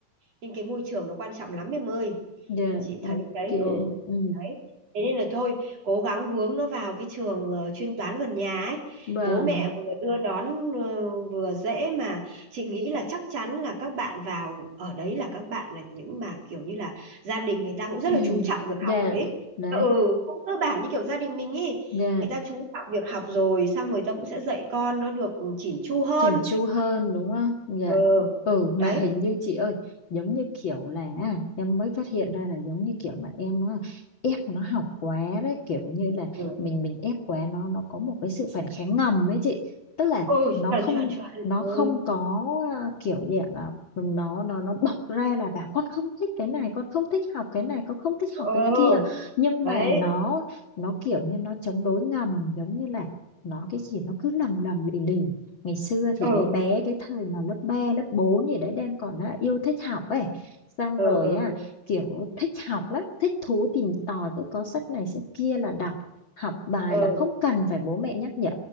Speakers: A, on the right; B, on the left.
A: nên cái môi trường nó quan trọng lắm em ơi
B: dạ
A: chị
B: ok
A: thấy đấy ừ
B: ừ
A: đấy thế nên là thôi cố gắng hướng nó vào cái trường ờ, chuyên toán gần nhà ấy
B: vâng
A: bố mẹ vừa đưa đón ờ, vừa dễ mà chị nghĩ là chắc chắn là các bạn vào ở đấy là các bạn là những mà kiểu như là gia đình người ta cũng rất
B: ừ
A: là chú trọng việc học
B: dạ
A: rồi ấy
B: đấy
A: ừ cũng cơ bản như kiểu gia đình mình ấy
B: dạ
A: người ta chú trọng việc học rồi xong người ta cũng sẽ dạy con nó được chỉn chu hơn
B: chỉnh chu hơn đúng không? Dạ.
A: ừ
B: Ừ mà
A: đấy
B: hình như chị ơi giống như kiểu là em mới phát hiện ra là giống như kiểu mà em nó ép nó học quá đấy kiểu như là
A: ừ.
B: mình mình ép quá nó nó có một cái sự phản kháng ngầm ấy chị tức là
A: ừ
B: nó
A: chuẩn
B: không
A: chuẩn chuẩn
B: nó
A: ừ
B: không có à, kiểu dạng là nó nó nó bộc ra là bảo con không thích cái này con không thích học cái này con không thích học
A: ừ
B: cái kia nhưng
A: đấy
B: mà nó nó kiểu như nó chống đối ngầm giống như là nó cái gì nó cứ lầm lầm lì lì ngày xưa thì
A: ừ
B: bé bé cái thời mà lớp 3 lớp 4 gì đấy đang còn á, yêu thích học ấy xong
A: ừ
B: rồi
A: ừ
B: á kiểu thích học lắm thích thú tìm tòi cứ có sách này sách kia là đọc học bài
A: ừ
B: là không cần phải bố mẹ nhắc nhở